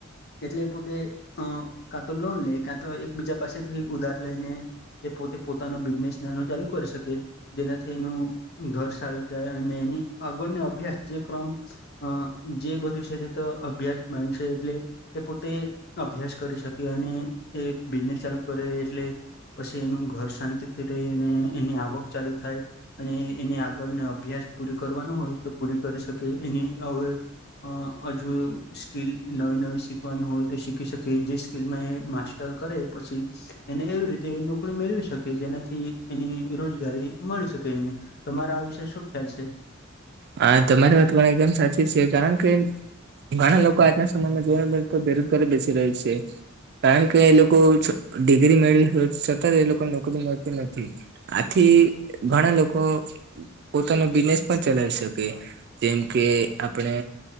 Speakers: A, on the left; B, on the right.
A: એટલે પોતે અ કાં તો લોન લઈ કા તો એકબીજા પાસેથીઈ ઉધાર લઈ ને એ પોતે પોતાનો બિઝનેસ નાનો ચાલુ કરી શકે જેનાથી એનું ઘર સારું જાય અને એની આગળનો અભ્યાસ જે ક્રમ અ જે બધું છે તે તો અભ્યાસ માનશે એટલે એ પોતે અભ્યાસ કરી શકે અને એ બિઝનેસ ચાલુ કરે એટલે હછ એનું ઘર શાંતિ અને એની આવક ચાલુ થાય અને એને આગળ અભ્યાસ પૂરો કરવાનો હોય પૂરી કરી શકે એની હવે હજુ સ્કીલ નવી નવી શનું હોય તો શીખી શકે જે સ્કીલમાં એ માસ્ટર કરે પછી એને એવી રીતે નોકરી મેળવી શકે જેનાથી એની રોજગારી મળી શકે એને તમારો આ વિષય શું ખ્યાલ છે
B: હા તમારી વાત પણ એકદમ સાચી જ છે કારણ કે ઘણા લોકો આજના સમયમાં જોવા મળે તો બેરોજગારી બેસી રહે છે કારણ કે એ લોકો ડિગ્રી મેળવી છતાં એ લોકોને નોકરી મળતી નથી આથી ઘણા લોકો પોતાનો બિઝનેસ પણ ચલાવે છે તો કે જેમ કે આપણે